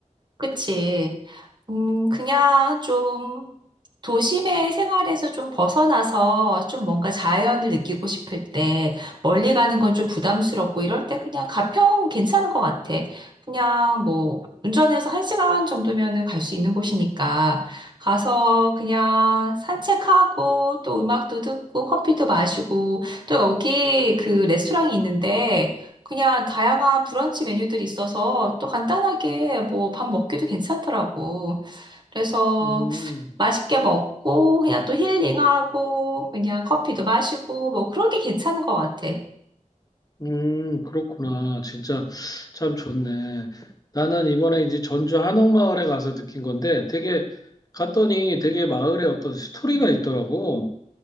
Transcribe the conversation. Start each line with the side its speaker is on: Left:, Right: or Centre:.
Right: 그치. 음, 그냥 좀 도심의 생활에서 좀 벗어나서 좀 뭔가 자연을 느끼고 싶을 때 멀리 가는 건 좀 부담스럽고 이럴 때 그냥 가평 괜찮은 것 같아. 그냥 뭐 운전해서 한 시간 정도면은 갈 수 있는 곳이니까 가서 그냥 산책하고 또 음악도 듣고 커피도 마시고 또 여기 그 레스토랑이 있는데 그냥 다양한 브런치 메뉴들이 있어서 또 간단하게 뭐 밥 먹기도 괜찮더라고. 그래서
Left: 음,
Right: 맛있게 먹고 그냥 또 힐링하고 그냥 커피도 마시고 뭐 그런 게 괜찮은 것 같아.
Left: 음, 그렇구나. 진짜 참 좋네. 나는 이번에 이제 전주 한옥마을에 가서 느낀 건데 되게 갔더니 되게 마을에 어떤 스토리가 있더라고.